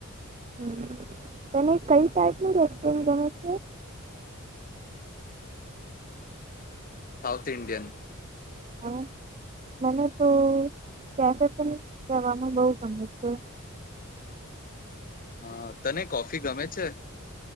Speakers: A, on the right; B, on the left.
A: હમ. તને કઈ ટાઈપ નું રેસ્ટોરન્ટ ગમે છે
B: ઇડિયન
A: હા, મને તો કેફે પણ જવાનું બહુ ગમે છે
B: હા, તને કોફી ગમે છે